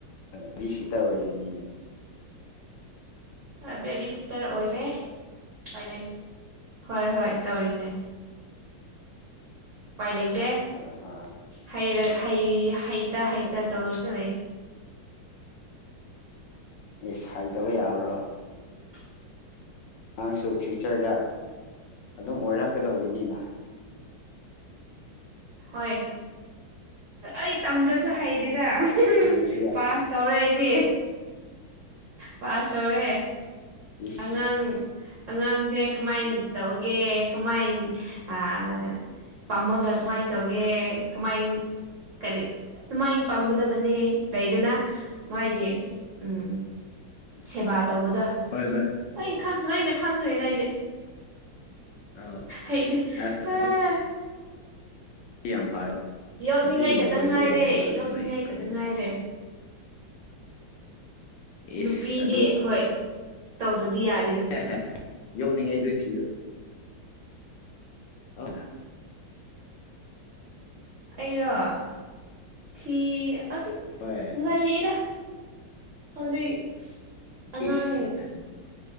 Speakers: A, on the left; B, on the right.
A: ꯍꫭꯏ <inaudible> ꯁꯤꯇ ꯑꯣꯏꯔꯤꯅꯤꯅꯦ꯫
B: ꯑ ꯕꯦꯕꯤ ꯁꯤꯇꯔ ꯑꯣꯏꯔꯦ꯫ ꯄꯥꯏ ꯂꯩ ꯍꯣꯏ ꯍꯣꯏ ꯇꯧꯔꯤꯅꯦ ꯄꯥꯏ ꯂꯩ ꯇꯦ
A: ꯑꯥ ꯍꯥ
B: ꯍꯩꯔ ꯍꯩ ꯍꯩꯇ-ꯍꯩꯇ
A: ꯑꯁ ꯎꯄꯥ
B: ꯇꯧꯔꯒ ꯂꯩ <unintelligible>
A: ꯏꯁ ꯍꯩꯇꯕ ꯌꯥꯕ꯭ꯔꯣ꯫
B: <unintelligible>
A: ꯅꯥꯡꯁꯨ ꯐ꯭ꯌꯨꯆꯔꯗ ꯑꯗꯨꯝ ꯑꯣꯏꯔꯛꯀꯗꯧꯔꯤꯅꯤꯅ꯫
B: ꯍꯣꯏ ꯑꯩ ꯇꯝꯗ꯭ꯔꯁꯨ ꯍꯩꯔꯦꯗ <unintelligible>
A: ꯗꯕꯁꯨ
B: ꯄꯥꯁ ꯇꯧꯔꯦ ꯑꯩꯗꯤ ꯄꯥꯁ ꯇꯧꯔꯦ꯫
A: ꯏꯁ꯫
B: ꯅꯪ ꯑꯉꯥꯡꯁꯦ ꯀꯃꯥꯏꯟ ꯇꯧꯒꯦ ꯀꯃꯥꯏꯟ ꯑꯥ ꯄꯝꯃꯒ ꯀꯃꯥꯏ ꯇꯧꯒꯦ ꯀꯃꯥꯏꯟ ꯀꯔꯤ ꯑꯗꯨꯃꯥꯏꯟ ꯄꯥꯝꯒꯗꯕꯅꯦ ꯂꯩꯗꯅ ꯃꯥꯒꯤ ꯎꯝ ꯁꯦꯕꯥ ꯇꯧꯕꯗꯣ꯫
A: ꯍꯣꯏꯗ꯫
B: ꯂꯣꯏꯅ ꯈꯪ ꯂꫭꯏꯅ ꯈꯪꯈ꯭ꯔꯦꯗ ꯑꯩꯗꯤ꯫
A: ꯑ
B: ꯍꯩꯗꯤ
A: ꯑꯁ
B: ꯑꯥ
A: ꯏ ꯌꯥꯝ ꯐꯔꯦ꯫
B: ꯌꯣꯛꯅꯤꯡꯉꯥꯏ
A: ꯅꯨꯄꯤꯒꯤ ꯃꯒꯨꯟꯗꯨ
B: ꯈꯛꯇꯪ ꯉꯥꯏꯔꯦ
A: ꯌꯥꯏꯑꯕ ꯑꯗꯨꯃꯥꯏ
B: ꯌꯣꯛꯅꯤꯡꯉꯥꯏ ꯈꯛꯇꯪ
A: ꯈꯪ
B: ꯉꯥꯏꯔꯦ꯫
A: ꯏꯁ
B: ꯅꯨꯄꯤꯗꯤ ꯍꯣꯏ ꯇꯧꯗ꯭ꯔꯗꯤ ꯌꯥꯠ
A: <unintelligible> ꯌꫭꯛꯅꯤꯡꯉꯥꯏꯗꫭ ꯊꯤꯔꯣ꯫ ꯑꫭꯅ꯫
B: ꯑꯩꯔꯣ ꯊꯤ ꯑꯖꯤꯛ
A: ꯍꯣꯏ꯫
B: ꯉꯜꯂꯤꯗ ꯍꯧꯖꯤꯛ ꯑꯉꯥꯡ
A: ꯏꯁ ꯉꯜꯂꯤ